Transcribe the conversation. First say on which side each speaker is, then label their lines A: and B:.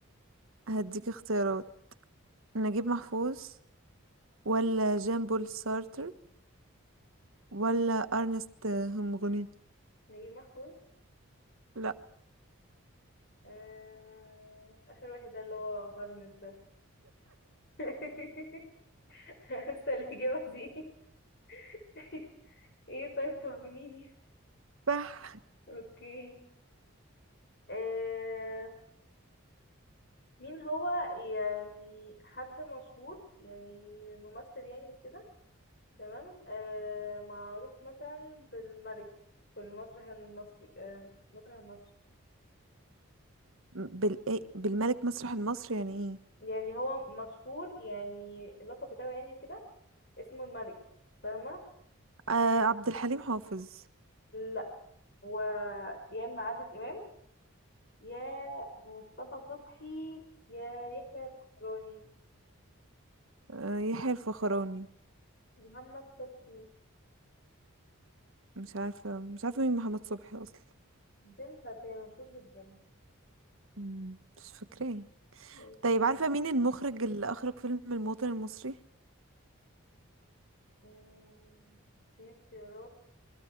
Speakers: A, on the right (about 70°); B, on the left (about 50°).
A: هديك اختيارات نجيب محفوظ ولا جان بول سارتر ولا ارنست همغني
B: نجيب محفوظ
A: لا
B: آه... آخر واحد ده اللي هو هرمز ده <laughs> لسه الإجابة دي <laughs> ايه طيب طمنيني
A: صح
B: اوكي آه... مين هو يعني حد مشهور يعني ممثل يعني وكده تمام آه... معروف مثلا بالملك في المسرح المصري آه... المسرح المصري
A: بال... إيه؟ بالملك مسرح المصري يعني ايه
B: يعني هو مشهور يعني اللقب بتاعه يعني كده اسمه الملك فاهمة
A: آه عبد الحليم حافظ
B: لا هو يا اما عادل امام يا مصطفى صبحي يا يحيى الفخراني
A: آه يحيى الفخراني
B: محمد صبحي
A: مش عارفه مش عارفه مين محمد صبحي اصلا
B: ده مش عارفاه مشهور جدا
A: مم، مش فاكراه
B: اوكي
A: طيب عارفه مين المخرج اللي اخرج فيلم الموطن المصري
B: أمم، في اختيارات